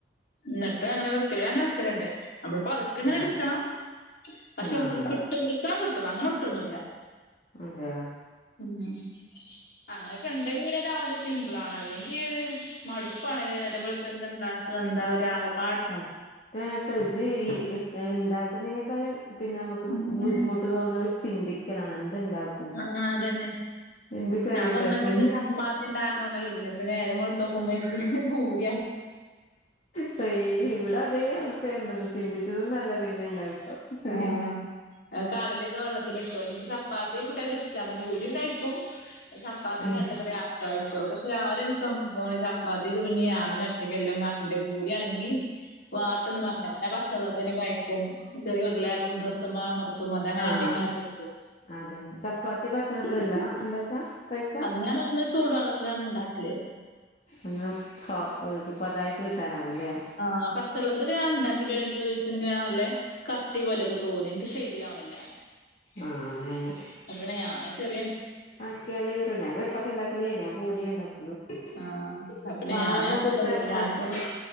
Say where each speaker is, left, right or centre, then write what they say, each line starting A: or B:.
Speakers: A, on the left; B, on the left.
A: ന്നട്ട് അങ്ങനെ വെക്കല് ഞാങ്ങനെ വെക്കല്ണ്ട് അമ്മള് പത്കെങ്ങനെ
B: ആഹ്
A: ഇട്ക്കണം പക്ഷെ
B: ആഹ്
A: കിട്ടും ഇടക്കാൻ കിട്ടും അങ്ങനൊട്ടുവൊന്നുല്ല
B: അതെയ
A: മ്മ് അങ്ങനൊക്കെ ഇണ്ടെങ്കി രാവില സിംമ്പിളാണ് അല്ലെങ്കി മടുപ്പാണ് ഈ നേരംവെളുത്ത എന്താ ഇണ്ടാക്ക എന്താ ഒരു ഒരാകാപ്
B: സത്യായിട്ടും <unintelligible> ഇണ്ടാക്കുന്നതിനേക്കാള് പിന്നെ അമക്ക്
A: ഉം
B: ബുദ്ധിമുട്ട് തോന്ന്നത് ചിന്തിക്കലാണ് എന്തുണ്ടാക്കും
A: ആ അതന്നെ
B: എന്ത് കറി
A: ഞാപ്പ
B: ഉണ്ടാക്കും
A: ഇന്നലക്കെ ചപ്പാത് ഇണ്ടാക്കണം ഇപ്പം നേരം വെൾത്തോകുമ്പ ഇൻക് ബൂര്
B: സെയിം ഇവിടെ അതെ അവസ് ണ്ട് ചിന്തിച്ചതൊന്നു അല്ല പിന്നെണ്ടാക്ക പിന്നെ
A: ആഹ് കടലൊക്കെ വള്ളത് ട്ടോ ഇഞ്പം ചപ്പാത്തി കുട്ട്യാൾക്ക് ഇഷ്ടാണ് ഭൂരി കയികും ചപ്പാത്തി
B: ആഹ്
A: കടല കറിം ആ കയിച്ചോളും പക്ഷേ രാവിലെന്നെ <unintelligible> ഈ ചപ്പാത്തി പഞ് ഞാതെനെ ഒറ്റകെല്ലംണ്ടാകണ്ടെ ബൂരിയാണെങ്കി വാട്ടൊന്നും വാണ്ട അതാ പച്ചള്ളത്തിലെന്നെ കൊയക്കും ചെറിയ ഉരുളാക്കും പ്രെസ്സ്മൽ അമർ ത്തും അതങ്ങനെണ്ണീകാട്ട്ട്ടൊട്കും
B: ആഹ് അതന്നെ ചപ്പാത്തി പച്ചള്ളത്തിലല്ല ഇണ്ടാക്കാ കൊഴക്കാ
A: അത് ഞാനൊന്ന് ചൂടുവെള്ളത്തിലാണ് ഇണ്ടാക്കല്
B: ഒന്ന് സോ ഏ ഇത് പതായിട്ട് കിട്ടാനാവൂല്ലേ
A: ആഹ് പച്ചള്ളത്തിൽ ഞാൻ ഇണ്ടാക്കീട്ട് ഒരു ദിവസം ഇൻക്ക് നല്ലെ കട്ടി പോലെയൊക്കെ തോന്നി ഇൻക്ക് ശെരിയാവ്ണ്ല്ല
B: ആഹ് അങ്ങനെ
A: അപ്പപിന്നെ ഞാനും ചെറിയേ
B: ആക്യാലേറും ഞാൻ ചപാത്തിണ്ടാക്കലേല്ല ഞാൻ പൂരിയേ ഇണ്ടാകു <unintelligible>
A: ആഹ് അപ്പ പിന്നെ
B: പാലെല്ലാം
A: ഞാന് ചൂടുവെള്ളത്തിലാക്കാ
B: കൊർച്ച് ആക്കിണ്